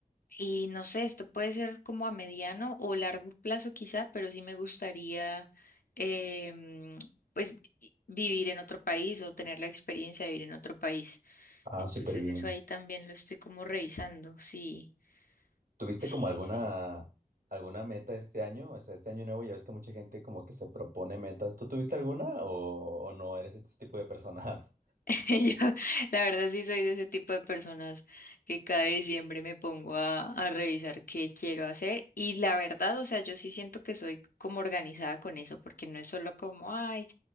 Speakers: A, on the left (about 75°); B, on the right (about 85°).
A: y no sé, esto puede ser como a mediano o largo plazo quizá, pero sí me gustaría, em, pues, vi- vivir en otro país o tener la experiencia de vivir en otro país.
B: Ah,
A: Entonces
B: súper bien.
A: eso ahí también lo estoy como revisando. Sí,
B: ¿Tuviste
A: sí,
B: como alguna,
A: sí.
B: alguna meta este año? O sea, este año nuevo ya ves que mucha gente como que se propone metas. ¿Tú tuviste alguna o, o no eres ese tipo de personas?
A: <laughs> Yo, la verdad sí soy de ese tipo de personas que cada diciembre me pongo a, a revisar qué quiero hacer y la verdad, o sea, yo sí siento que soy como organizada con eso porque no es solo como, ay,